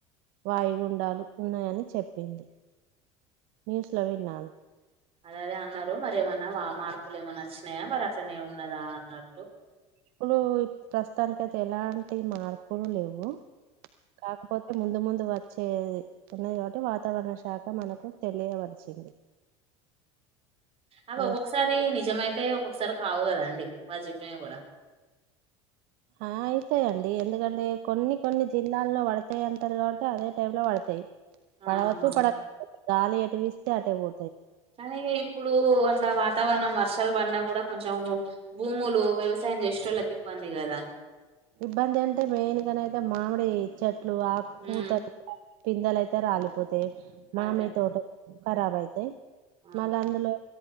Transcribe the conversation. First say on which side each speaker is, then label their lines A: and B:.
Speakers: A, on the right; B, on the right.
A: వాయుగుండాలు ఉన్నాయని చెప్పింది న్యూస్ లో విన్నాను
B: అదదే అన్నారు మరి ఏమన్నా వా మార్కులు ఏమైన్నా వచ్చినాయా మరి అట్లనే ఉన్నదా అన్నారు
A: పులు ఈ ప్రస్తుతానికి అయితే ఎలాంటి మార్పులు లేవు కాకపోతే ముందు ముందు వచ్చేది ఉన్నది కాబట్టి వాతావరణ శాఖ మనకు తెలియవలసింది
B: అబ
A: ఎస్
B: ఒక్కొసారి నిజమైతే ఒక్కొక్కసారి కావు కదా అండి వాళ చెప్పినవి కూడా
A: ఆ అయితాయిండి ఎందుకంటే కొన్ని కొన్ని జిల్లాల్లో పడతాయి అంటారు కాబట్టి అదే టై లో పడతాయి పడవచ్చూ
B: ఆహా
A: పడ గాలి ఎట వస్తే అటే పో
B: అనీ ఇప్పుడు అట్లా వాతావరణం వర్షాలు పడిన కూడా కొంచం భూములు వ్యవసాయం చేష్టోళ్ళకి ఇబ్బంది కదా
A: ఇబ్బంది అంటే మెయిన్గానైతే మామిడి ఇచ్చట్ ఇలు ఆ
B: ఉమ్
A: పూతర పిందలయితే రాలిపోతాయి మామియ
B: అదే
A: తోట రాబ్ అయితే
B: ఆ
A: మాగా అందులో